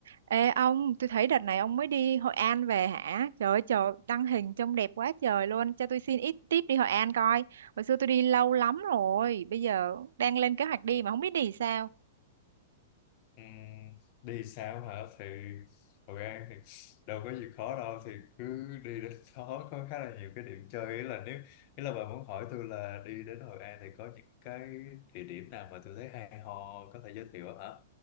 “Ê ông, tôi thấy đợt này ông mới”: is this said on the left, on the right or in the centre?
Right